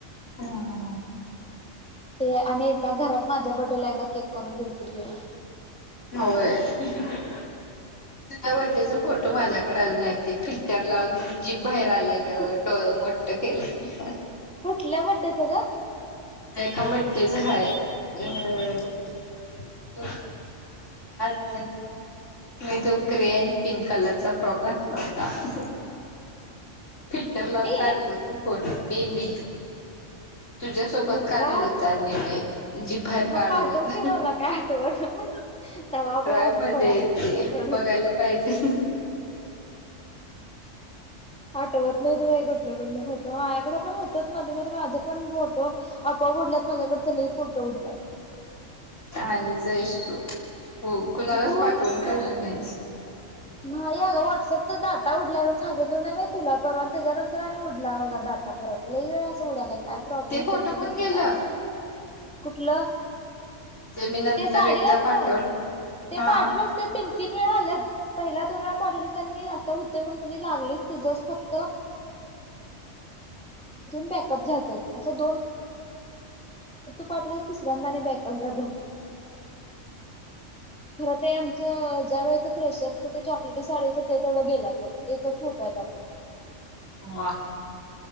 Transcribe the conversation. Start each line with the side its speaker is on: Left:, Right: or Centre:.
Left: हा हा
Centre: ते आणि एकदा घरात माझ्या बड्डेला एकदा केक करून दिलती तीन
Left: होय <unintelligible> फोटो माझ्याकडे अजून आयत ते फिल्टर लावून जीभ बाहेर आलेलं
Centre: कुठ
Left: डोळे मोठ करून <inaudible>
Centre: कुटल्या बड्डेच ग
Left: एका बड्डेच हाय अ <unintelligible> नाही तो ग्रे आणि पिंक कलरचा फ्रॉक घातला होता फिल्टर लावून
Centre: मी
Left: काढल होत फोटो <unintelligible> तुझ्यासोबत
Centre: होय
Left: काढल
Centre: का
Left: होत आणि मी जीभ बाहेर
Centre: मग
Left: काढून
Centre: पाठव की मला काय आठवण तवा
Left: पेनड्राईव्ह
Centre: पण असंच
Left: मध्ये
Centre: कोणाकडे
Left: आहेत
Centre: फोटो
Left: ते
Centre: काढत
Left: बघायला पाहिजे
Centre: आठवत नाहीत बाई फोटो माझ्याकडे पण होतच मध्ये मध्ये माझं पण फोटो आपोआप ऊडल्यात माझ्याकड च फोटो गुड लक
Left: <unintelligible> आहेस तू हो कुणालाच
Centre: तू
Left: पाठवून
Centre: एक
Left: ठेवले नाहीस
Centre: नाही अग व्हॉट्सअपचा डाटा उडलाय म्हणून सांगितलंय नाही वय तुला परवा तेज्यानंतर आणि उ ला माझा डाटा परत लइ वेळा अस उडालाय काय प्रॉब्लेम
Left: ते फोटो
Centre: फोनच झालय
Left: पण गेलं
Centre: काय माहित कुटलं
Left: मी नंतर
Centre: ते साडीवरच
Left: एकदा पाठवलं
Centre: ते
Left: हा
Centre: पाडूनच ते <inaudible> तीन वेळा आल्या पहिला दोन वेळा पाठवले आणि मी असं होतेण कधी लागलेच तुझस फक्ती बॅकअप झालतात असं पटवलिस तिसऱ्यांदा आणि बॅकअप झाल खर ते आमचं अ ज्यावेळच फ्रेशर तू ते चॉकलेटी साडीच ते तेवढं गेलात बघ एकच फोटो आहे त्यातला.
Left: वा.